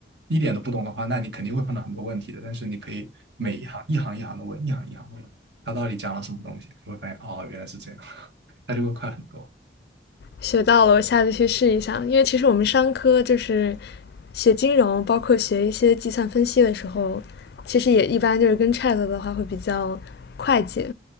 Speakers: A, on the right (about 70°); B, on the left (about 65°).
A: 一点都不懂的话，那你肯定会碰到很多问题的，但是你可以每一行一行一行的问，一行一行的问。他到底讲了什么东西，就会发现哦，原来是这样，<laughs> 他就会快很多。
B: 学到了，我下次去试一下。因为其实我们商科就是学金融，包括学一些计算分析的时候，其实也一般就是跟 Chat 的话会比较快捷。